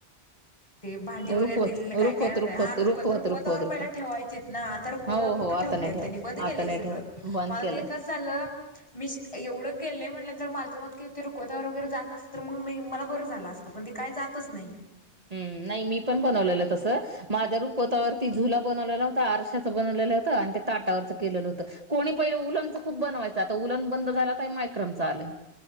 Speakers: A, on the left; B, on the right.
A: ते भांडी वगैरे
B: रुखवत
A: दिलेलं काय
B: रुखवत
A: काय म्हण
B: रुखवत
A: हा रु
B: रुखवत
A: रुखवतावर
B: रुखवत
A: पहिला
B: रुखवत
A: ठेवायचेत ना आता रुखवतावर
B: हो
A: कुठे
B: हो
A: ठेवत्यात
B: आता नाही ठेवत
A: त्यांनी बंद केलं
B: आता नाही
A: सगळं
B: ठेवत बंद
A: मला
B: केलंय
A: तर एकच झालं मी एवढं केले म्हटलं नंतर माझं मत रुखवतावर वगैरे जात असत, तर मग म मला बरं झालं असतं पण ते काही जातच नाही.
B: हम्म. नाही मी पण बनवलेलं तस माझा कोतावरती झुला बनवलेला होता, आरशाच बनवलेलं होत आणि ते ताटावरच केलेलं होतं कोणी पहिलं उलन खूप बनवायच आता उलन बंद झाला मायक्रोमच आलय.